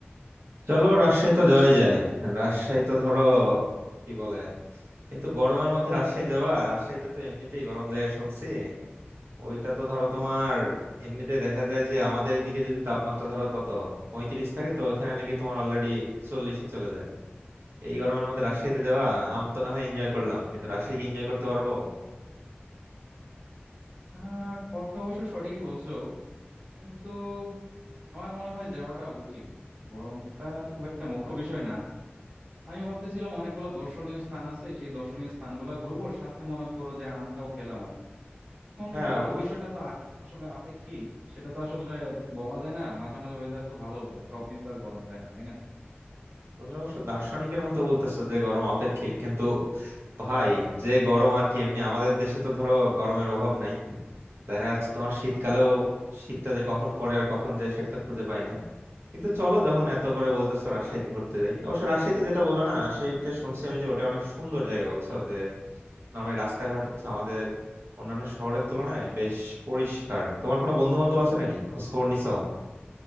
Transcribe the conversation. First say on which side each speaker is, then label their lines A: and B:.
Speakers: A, on the right; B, on the right.
A: চলো রাজশাহী তো যাওয়াই যায় রাজশাহী তো ধরো কি বলে কিন্তু গরমের মধ্যে রাজশাহী যাওয়া রাজশাহীতে তো এমনিতেই গরম জায়গা শুনছি ওইটা তো ধরো তোমার এমনিতেই দেখা যায় যে আমাদের এদিকে যদি তাপমাত্রা ধরো কত পঁয়ত্রিশ থাকে তো ওইখানে নাকি তোমার অলরেডি চল্লিশে চলে যায় এই গরমের মধ্যে রাজশাহীতে যাওয়া আম তো না হয় এনজয় করলাম কিন্তু রাজশাহী কি এনজয় করতে পারবো
B: আহ কথা অবশ্য সঠিকই বলছো কিন্তু আমার মনে হয় যাওয়াটা উচিত গরমটা খুব একটা মুখ্য বিষয় না আমি ভাবতেছিলাম অনেকগুলো দর্শনীয় স্থান আছে সেই দর্শনীয় স্থানগুলো ঘুরবো সাথে মনে করো যে আমটাও খেলাম এখন
A: হ্যাঁ
B: গরম
A: অবশ্য
B: বিষয়টা তো আ- আসলে আপেক্ষিক সেটা তো আসলে বলা যায় না মাঝে মাঝে ওয়েদার তো ভালো যায় সব দিন তো আর গরম যায় না তাই না
A: তুমি অবশ্য দার্শনিকের মতো বলতেছো যে গরম আপেক্ষিক কিন্তু ভাই যে গরম আর কি এমনি আমাদের দেশে তো ধরো গরমের অভাব নাই দেখা যাচ্ছে তোমার শীতকালেও শীতটা যে কখন পড়ে আর কখন যায় সেটা তো খুঁজে পাই না কিন্তু চলো যখন এত করে বলতেছো রাজশাহীতে ঘুরতে যাই অবশ্য রাজশাহীতে যেটা বললা না রাজশাহীতে শুনছি আমি যে ওটা অনেক সুন্দর জায়গা বুঝছো যে নর্মালি রাস্তাঘাট হচ্ছে আমাদের অন্যান্য শহরের তুলনায় বেশ পরিষ্কার তোমার কোনো বন্ধু বান্ধব আছে নাকি খোঁজ খবর নিছো